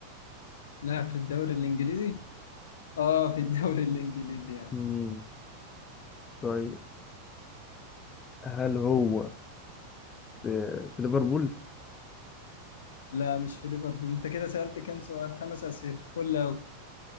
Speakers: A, on the left; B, on the left.
A: لاعب في الدوري الإنجليزي آه في الدوري الإنجليزي يعني
B: مم. طيب هل هو في, في ليفربول؟
A: لا مش في ليفربول أنت كده سألت كام سؤال خمس أسئلة قول أوي